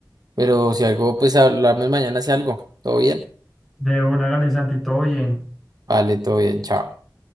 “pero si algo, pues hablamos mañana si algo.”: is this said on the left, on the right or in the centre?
Right